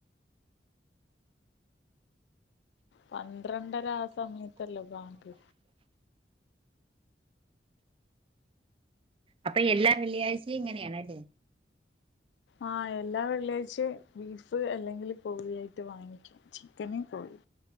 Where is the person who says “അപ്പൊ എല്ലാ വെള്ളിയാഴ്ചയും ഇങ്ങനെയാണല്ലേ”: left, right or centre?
Right